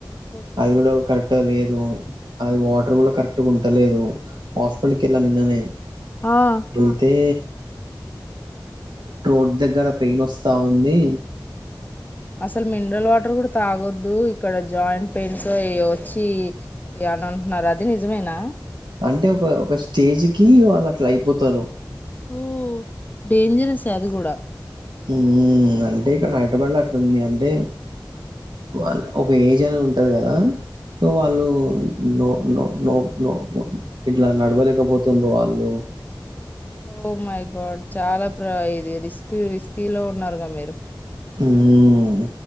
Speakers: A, on the left; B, on the right.
A: ఓకే
B: అదికూడా కరెక్టే అది అది వాటర్ కూడా కరెక్ట్ గుంటలేదు హాస్ లోపల్ కెళ్లినా నిన్ననే
A: ఆ
B: వెళ్తే రోడ్ దగ్గర పెయిన్ వస్తా ఉంది
A: అసలు మినరల్ వాటర్ కూడా తాగొద్దు ఇక్కడ జాయింట్ పెయిన్స్ అయి వచ్చి అని అంటున్నారు అది నిజమేనా
B: అంటే ఒక ఒక స్టేజ్కీ వాళ్ళు అట్లా అయిపోతారు
A: ఓ డేంజరస్ అది కూడా
B: హ్మ్ అంటే ఇక్కడ హైదరాబాద్లో అట్ల ఉంది అంటే వాళ ఒక ఏజ్ అనేది ఉంటది కదా తో వాళ్ళు నో నో నో నో ఇట్లా నడవలేకపోతుండ వాళ్ళు
A: ఓ మైగాడ్ చాలా ప్ర ఇది రిస్కి రిస్కీ లో ఉన్నారుగా మీరు
B: హ్మ్